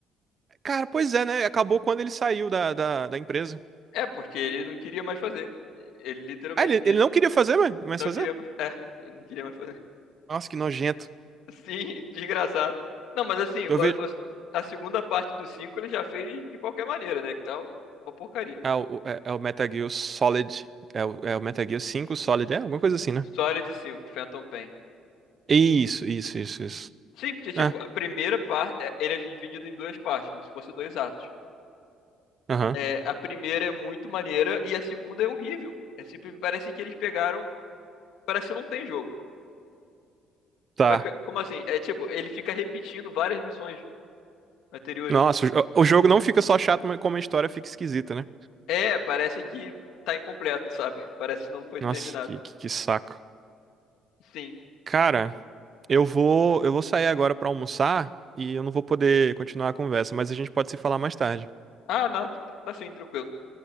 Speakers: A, on the right (about 40°); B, on the left (about 80°).
A: Cara, pois é, né? Acabou quando ele saiu da, da, da empresa.
B: É, porque ele não queria mais fazer. Ele literalmente
A: Ah, ele,
B: disse,
A: ele não queria fazer, mas mas
B: não
A: fazer?
B: queria mais. É, ele não queria mais fazer.
A: Nossa, que nojento.
B: <laughs> Sim, desgraçado. Não, mas assim,
A: Eu
B: a,
A: vejo.
B: a- a segunda parte do 5 ele já fez de qualquer maneira, né? Que tá uma porcaria.
A: Ah, o- é, é o Metal Gear Solid. É o, é o Metal Gear 5 Solid, é alguma coisa assim, né?
B: Sólido de cinco, Phantom Pain.
A: Isso, isso, isso, isso.
B: Sim, porque, tipo,
A: É,
B: a primeira parte, é, ele é dividido em duas partes, como se fossem dois atos.
A: aham,
B: É, a primeira é muito maneira e a segunda é horrível. É sempre, parece que eles pegaram. Parece que não tem jogo.
A: tá.
B: Mas, que- como assim? É tipo, ele fica repetindo várias missões anteriores.
A: Nossa, o, jo- o jogo não fica só chato, mas como a história fica esquisita, né?
B: É, parece que tá incompleto, sabe? <laughs> Parece que não foi
A: Nossa,
B: terminado.
A: que, que, que saco.
B: Sim.
A: Cara, eu vou, eu vou sair agora pra almoçar e eu não vou poder continuar a conversa, mas a gente pode se falar mais tarde.
B: Ah, não, tá tá sim, tranquilo.